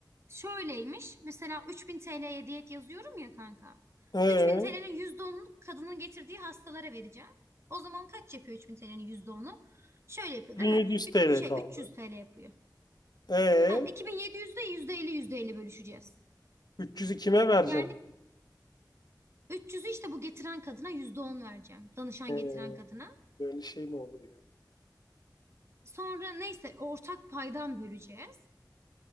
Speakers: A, on the right; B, on the left.
A: şöyleymiş. Mesela 3000 TL'ye diyet yazıyorum ya kanka.
B: E
A: 3000 TL'nin %10'unu kadının getirdiği hastalara vereceğim. O zaman kaç yapıyor 3000 TL'nin onu? Şöyle yapıyor
B: 1700
A: değil mi? 3,
B: TL
A: şey
B: kaldı.
A: 300 TL yapıyor.
B: E
A: Ha, iki bin yedi yüzde %50 %50 bölüşeceğiz.
B: 300'ü kime vereceksin?
A: Yani 300'ü işte bu getiren kadına %10 vereceğim. Danışan
B: E
A: getiren kadına.
B: böyle şey mi olur ya?
A: Sonra neyse ortak paydan böleceğiz.